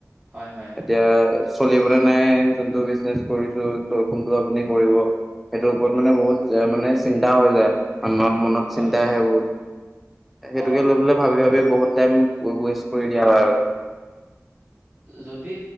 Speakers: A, on the right (about 35°); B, in the centre.
A: হয় হয়
B: এতিয়া চলিবলৈ
A: উম
B: নাই যোনটো বিজনেচ কৰিছোঁ, ত' কোনটো আপুনি কৰিব, সেইটোৰ ওপৰত মানে বহুত মানে চিন্তা হৈ
A: হয়
B: যায়, মানুহৰ মনত
A: সেইটো হয়
B: চিন্তা আহে বহুত। সেইটোকে
A: অ
B: লৈ পেলাই ভাবি, ভাবি বহুত টাইম ৱেষ্ট কৰি দিয়া
A: উম
B: হয়, আৰু।
A: যদি